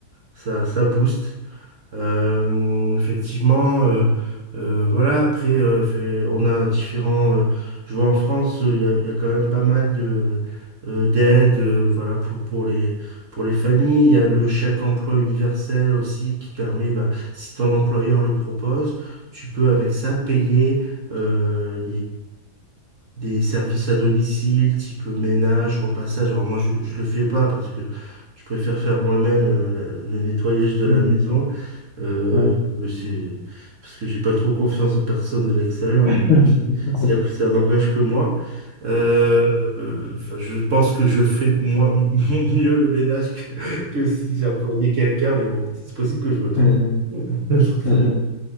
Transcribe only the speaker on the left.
Mhm.
Ouais.
<laughs>
Mhm.
Mhm.